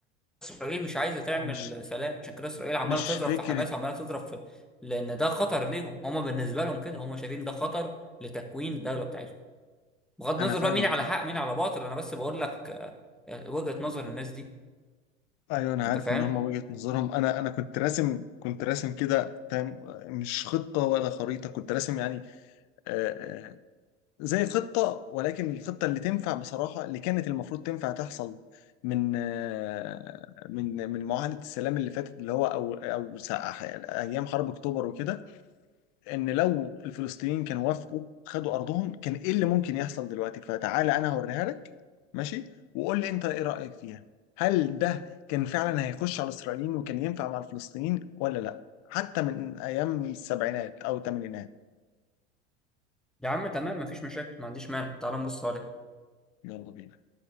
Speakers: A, in the centre; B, on the left.
A: اسرائيل مش عايزه تعمل
B: هو مش
A: سلام عشان كده اسرائيل عماله
B: مش
A: تضرب
B: فكره
A: في حماس عماله تضرب في لان ده خطر ليهم هم بالنسبه لهم كده هم شايفين ده خطر لتكوين الدوله بتاعتهم بغض النظر
B: انا فاهمك
A: بقى مين على حق مين على باطل انا بس بقول لك آه، وجهة نظر الناس دي
B: ايوه انا
A: انت
B: عارف
A: فاهم
B: ان هم وجهه نظرهم انا انا كنت راسم كنت راسم كده فاهم مش خطه ولا خريطه كنت راسم يعني آه، آه، زي خطة ولكن الخطة اللي تنفع بصراحة اللي كانت المفروض تنفع تحصل من آه، من من معاهدة السلام اللي فاتت اللي هو أو أو سا- أيام حرب أكتوبر وكده إن لو الفلسطينيين كانوا وافقوا خدوا أرضهم كان إيه اللي ممكن يحصل دلوقتي فتعالى أنا هوريها لك ماشي وقول لي أنت إيه رأيك فيها هل ده كان فعلا هيخش على الإسرائيليين وكان ينفع مع الفلسطينيين ولا لأ حتى من أيام السبعينات أو الثمانينات
A: يا عم تمام مفيش مشاكل ما عنديش مانع تعال نبص عليه
B: يلا بينا